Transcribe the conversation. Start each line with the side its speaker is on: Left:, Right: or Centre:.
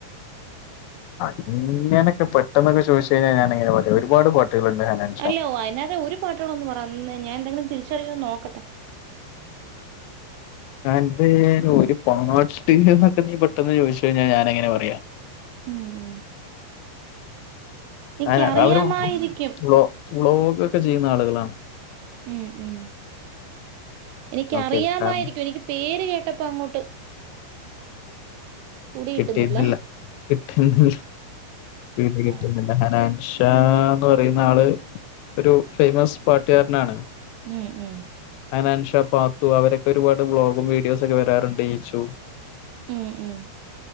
Left: അങ്ങനക്കെ പെട്ടെന്നൊക്കെചോദിച്ചയ് ഞ്ഞാൽ ഞാനങ്ങനെപറയ ഒര്പാട് പാട്ടുകളുണ്ട് ഹനാൻ
Right: അല്ല ഓഅയിനക ഒരുപാട്ട്കളെന്ന്പറ അന്ന്ഞാൻ എന്തെങ്കിലും തിരിച്ചറിയോന്ന് നോക്കട്ടെ
Left: അത് ഒര്പാട്ട് ന്നെക്കെ നീ പെട്ടെന്ന് ചോദിച്ചയ്ഞ്ഞാൽ ഞാന്എങ്ങനെ പറയാ
Right: മ് എനിക്കറിയാമായിരിക്കും
Left: അയെനെ അവര് വ്ലോ വ്ലോഗൊക്കെ ചെയ്യുന്നആളുകളാണ്.
Right: ഉം, ഉം എനിക്കറിയാമായിരിക്കും
Left: ഓക്കെ കാരണം
Right: എനിക്ക് പേര്കേട്ടപ്പോ അങ്ങോട്ട് പുടി കിട്ടുന്നില്ല
Left: കിട്ടീട്ടില്ല കിട്ടുന്നില്ല പിടികിട്ടുന്നില്ല
Right: ആഹ്
Left: ഹനാൻഷ് ഷാന്ന് പറയുന്നആള് ഒരു ഫേയ്മസ് പാട്ടുകാരനാണ്.
Right: ഉം, ഉം
Left: ഹനാൻഷാ, പാത്തു, അവരൊക്കെ ഒരുപാട്വ്ലോഗും വീഡിയോസൊക്കെ വെരാറ്ണ്ട് ഈച്ചു.
Right: ഉം, ഉം